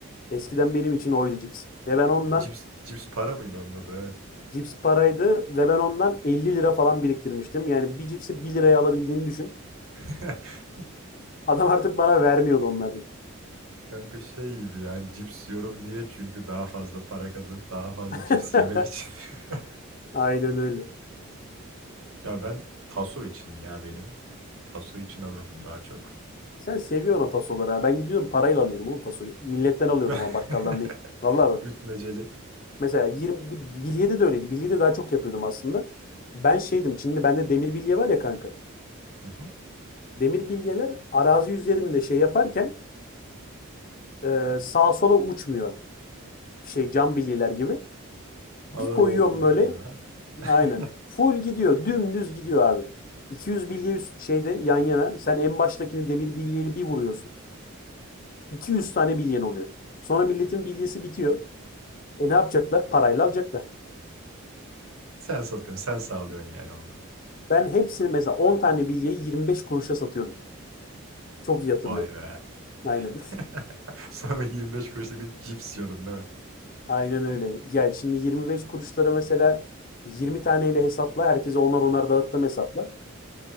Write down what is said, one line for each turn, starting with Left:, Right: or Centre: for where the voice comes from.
Left: Eskiden benim için oydu cips. Ve ben ondan
Right: Cips, cips para mıydı onun adı evet.
Left: cips paraydı ve ben ondan 50 lira falan biriktirmiştim. Yani bir cipsi bir liraya alabildiğini düşün.
Right: <laughs>
Left: Adam artık bana vermiyordu onlardan.
Right: Kanka şey gibi yani cips yiyorum niye? Çünkü daha fazla para kazan, daha fazla
Left: <laughs>
Right: cips yemek için. <laughs>
Left: Aynen öyle.
Right: Ya ben taso için ya benim. Taso için alırdım daha çok.
Left: Sen seviyorsun o tasoları ha. Ben gidiyordum parayla alıyordum oğlum tasoyu. Milletten alıyordum
Right: <laughs>
Left: ama bakkaldan değil. Vallahi bak.
Right: Ütmeceli.
Left: Mesela 20, bi- bilyede de öyleydi. Bilyede daha çok yapıyordum aslında. Ben şeydim. Şimdi bende demir bilye var ya kanka.
Right: Hı hı.
Left: Demir bilyeler arazi üzerinde şey yaparken e, sağa sola uçmuyor. Şey cam bilyeler gibi.
Right: Ağır
Left: Bir koyuyorum
Right: olduğundan
Left: böyle.
Right: diyor ha. <laughs>
Left: Aynen. Full gidiyor. Dümdüz gidiyor abi. 200 bilye üst şeyde yan yana. Sen en baştakini demir bilyeli bir vuruyorsun. 200 tane bilyen oluyor. Sonra milletin bilyesi bitiyor. E ne yapacaklar? Parayla alacaklar.
Right: Sen satıyorsun, sen sağlıyorsun yani onu
Left: Ben hepsini mesela 10 tane bilyeyi 25 kuruşa satıyordum. Çok iyi hatırlıyorum.
Right: Vay be.
Left: Aynen.
Right: <laughs> Sonra 25 kuruşluk bir cips yiyordun değil mi?
Left: <laughs> Aynen öyle. Ya şimdi 25 kuruşlara mesela 20 taneyle hesapla. Herkese onar onar dağıttım hesapla.